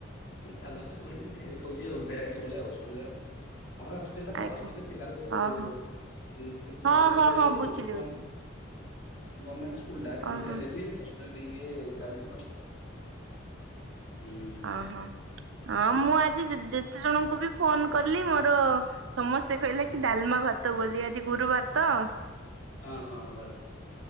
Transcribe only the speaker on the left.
ଏଇ ସାଲାଡ ସବୁ ଏମତି ତି ହଉଛି ଆଉ ଭେରାଇଟି ସବୁବେଳେ ଆଉ ସ୍କୁଲ ରେ ଆଉ। ଆମର ହଷ୍ଟେଲ ଟା
ତ ହଷ୍ଟେଲରେ ପିଲାଙ୍କୁ
ପି ପିଲା
ମାନେ
ପଇସା
ଦେଇ
ରହୁଛନ୍ତି କ
ଗମେଣ୍ଟ ସ୍କୁଲ ଟା କିନ୍ତୁ
ହେଲେ ବି ହେଲବି ହଷ୍ଟେଲ ଇଏ ଚାଲିଛି ତ ହୁଁ।
ହଁ ହଁ ବାସ୍